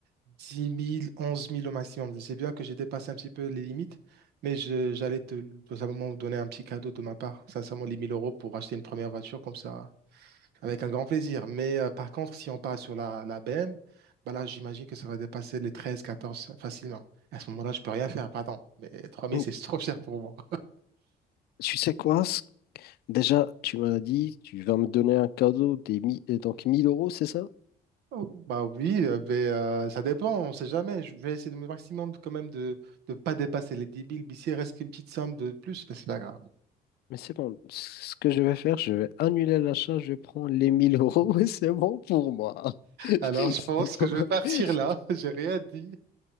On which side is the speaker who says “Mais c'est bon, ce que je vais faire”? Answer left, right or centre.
Left